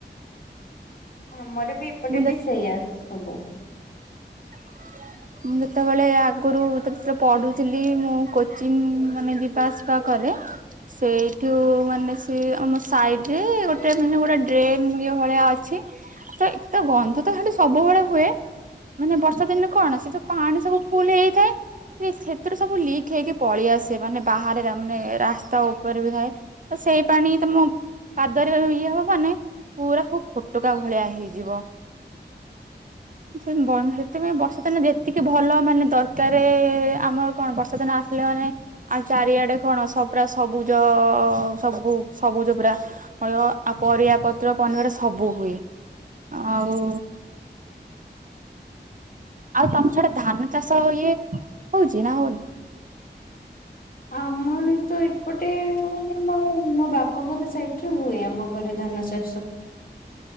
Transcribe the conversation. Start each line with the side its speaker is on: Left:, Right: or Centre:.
Left: ଆମର ବି ଏପଟେ
Right: ମୁଁ ଯେ
Left: ବି ସେଇଆ ସବୁ।
Right: <inaudible> ମୁଁ ଯେତେବେଳେ ଆଗରୁ ଯେତେବେଳେ ପଢୁଥିଲି ମୁଁ କୋଚିଂ ମାନେ ଯିବା ଆସିବା କ ରେ ସେଇଠୁ ମାନେ ସେ ଆମ ସାଇଡରେ ଗୋଟେ ମାନେ ଗୋଟେ ଡ୍ରେନ ଭଳିଆ ଅଛି ତ ତ ଗନ୍ଧ ତ ଖାଲି ସବୁବେଳେ ହୁଏ ମାନେ ବର୍ଷ ଦିନେ କଣ ସେୁ ତ ପାଣି ସବୁ ଫୁଲ ହେଇଥାଏ। ସେ୍ଥିରେ ସବୁ ଲିକ୍ ହେଇକି ପଳେଇଆସେ, ମାନେ ବାହାରେ ମାନେ ରାସ୍ତା ଉପରେ ବି ଥାଏ। ସେଇ ପାଣି ତମ ପାଦରେ ଇଏ ହବ ମାନେ ପୁରା ସବୁ ଫୋଟକା ଭଳିଆ ହେଇଯିବ। ସେନ୍ ବର୍ମ ହେ ସେଥିପାଇଁ ବର୍ଷା ଦିନ ଯେତିକି ଭଲ ମାନେ ଦରକାରେ ଆମର କଣ ବର୍ଷା ଦିନ ଆସିଲେ ମାନେ ଆ ଚାରିଆଡେ କଣ ସବ ପୁରା ସବୁଜ ସବୁ ସବୁଜ ପୁରା ଆ ପରିବା। ପତ୍ର ପନର ସବୁ ହୁଏ ଆଉ ଆଉ ତମ ଛଡା ଧାନ ଚାଷ ଇଏ ହଉଚି ନା ହଉନି?
Left: ଆମର ତ ଏପଟେ ମାନେ ଆମ ମୋ ବାପା ଘର ସାଇଡରେ ହୁଏ ଆମ ଘରେ ଧା। ଧାନ ଚାଷ।